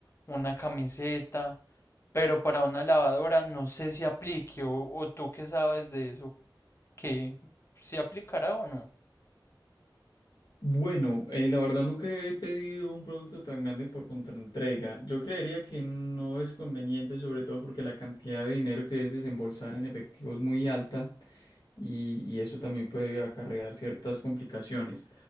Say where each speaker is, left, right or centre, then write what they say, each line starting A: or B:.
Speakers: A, on the left; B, on the left.
A: una camiseta, pero para una lavadora no sé si aplique o, o tú qué sabes de eso, que si aplicará o no.
B: Bueno, eh, la verdad nunca he pedido un producto tan grande por contraentrega. Yo creería que no es conveniente, sobre todo porque la cantidad de dinero que es desembolsar en efectivo es muy alta y, y eso también puede acarrear ciertas complicaciones.